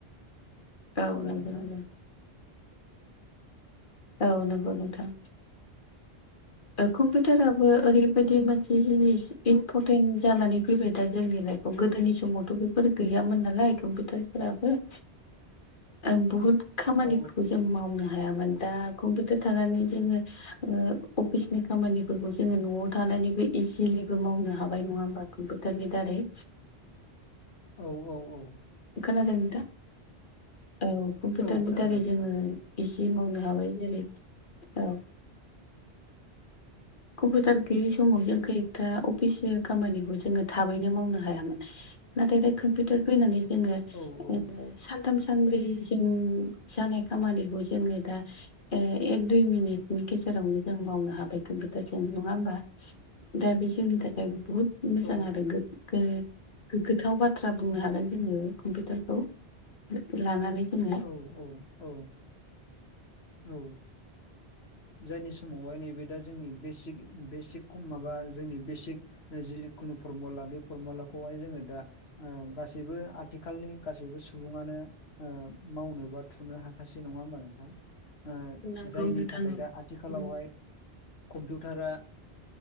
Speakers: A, on the left; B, on the left.
A: औ
B: ना
A: नंगौ
B: नोंथां
A: नंगौ औ नंगौ नोंथां। कम्पिउटाराबो ओरैबायदि
B: औ
A: मोनसे जिनिस इम्परटेन्ट जानानै फैबाय दा जोंनि लाइफआव गोदोनि समावथ' बेफोर गैयामोन नालाय कम्पिउटारफोराबो।
B: <unintelligible>
A: ओ बहुत खामानिफोरखौ
B: औ
A: जों मावनो हायामोन दा कम्पिउटार थानानै जोङो अफिसनि खामानिफोरखौ जोङो न'आव थानानैबो इजिलिबो मावनो हाबाय नङा होमबा कम्पिउटारनि दारै
B: औ औ औ।
A: खोनादों दा औ कम्पिउटारनि
B: औ खोनादों
A: दारै
B: नोंथां
A: जोङो इजि मावनो हाबाय जेरै औ। कम्पिउटार गोयै समाव जों <unintelligible> <unintelligible> खामानिखौ जोङो थाबैनो मावनो हायामोन नाथाय दा कम्पिउटार फैनानै जोङो
B: औ औ।
A: सानथाम सानब्रै जों जानाय खामानिखौ जोङो दा एक, दुइ मिनिटनि गेजेरावनो जों मावनो हाबाय <unintelligible> <unintelligible> नङा होमबा? दा बे जोंनि थाखाय बुहुद मोजां
B: औ
A: आरो। गो-गोगगाथाव बाथ्रा बुंनो हागोन जोङो कम्पिउटारखौ। लानानै जोङो
B: औ औ औ। औ जायनि समावहाय नैबे दा जोंनि बेसिक बेसिकम माबा जोंनि बेसिक जिखुनु फरमुला बे फरमुलाखौहाय जोङो दा गासैबो आथिखालनि गासैबो सुबुङानो मावनो बा थुनो हाखाासै नङा होमबा नोंथां? जायनि
A: नांगौ नोंथां
B: थाखाय
A: औ
B: दा आथिखालावहाय कम्पिउटारा